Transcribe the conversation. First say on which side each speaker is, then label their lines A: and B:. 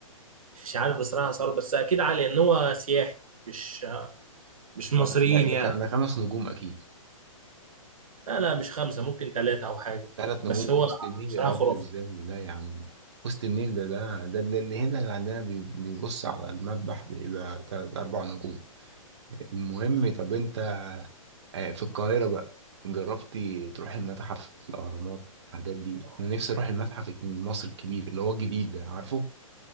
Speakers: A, on the right; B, on the right.
A: مش عارف بصراحة صار بس أكيد عالي إن هو سياحي مش مش مصريين
B: طب ده ده
A: يعني
B: كان ده خمس نجوم اكيد
A: لا لا مش خمسة ممكن ثلاثة أو حاجة
B: ثلاث نجوم
A: بس هو
B: في وسط النيل
A: بصراحة
B: يا راجل
A: خرافي
B: ازاي لا يا عم وسط النيل ده ده ده ده اللي هنا اللي عندنا بي- بيبص على المذبح بيبقى تلات أربع نجوم المهم طب أنت آه، في القاهرة بقى جربتي تروح المتحف الأهرامات الحاجات دي أنا نفسي أروح المتحف المصري الكبير اللي هو جديد ده عارفه؟